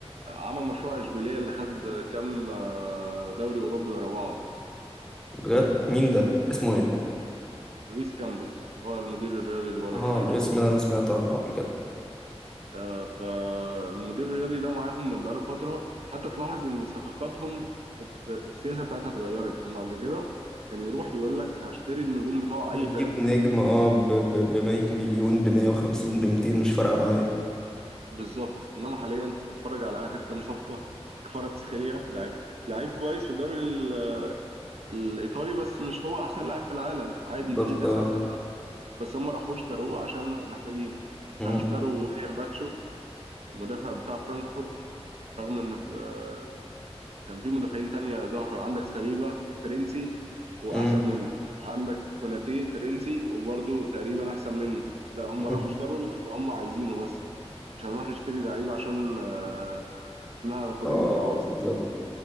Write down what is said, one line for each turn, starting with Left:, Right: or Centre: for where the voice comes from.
Right: عمل مشروع إشبيلية اللي خد كام آه، دوري أوروبي ورا بعض
Centre: بجد مين ده اسمه ايه
Right: لويس كامبوس هو المدير الرياضي اللي بقولك
Centre: اه
Right: عليه
Centre: الاسم
Right: ده
Centre: ده أنا سمعت عنه قبل كده
Right: آه، فالمدير الرياضي ده معاهم من بقاله فترة حتى تلاحظ إن صفقاتهم الت- السياسة بتاعتها اتغيرت هم قبل كده كان يروح يقول لك هشتري النجوم بتوع أي
Centre: هجيب
Right: فرقة
Centre: نجم اه ب ب- بمية مليون بمية وخمسين بمتين مش فارقة معايا
Right: بالظبط إنما حاليا تتفرج على آخر كام صفقة كفاراتسخيليا لعيب لعيب كويس في الدوري ال- الإيطالي بس مش هو أحسن لاعب في العالم عادي
Centre: بالظبط
Right: في ناس
Centre: اه
Right: أحسن منه بس هم راحوش اشتروه عشان محتاجينه
Centre: مم.
Right: راحوا اشتروا ويليام باتشو المدافع بتاع فرانكفورت رغم إن آه، كان في مدافعين تانية ظاهرة عندك ساليبا فرنسي وأحسن
Centre: مم.
Right: منه عندك كوناتي فرنسي وبرضه تقريبا أحسن منه لا هم
Centre: مم.
Right: راحوا اشتروا اللي هم عايزينه بس مش هنروح نشتري لعيبة عشان آه، اسمها فلاني
Centre: اه
Right: أو
Centre: بالظبط
Right: اسمها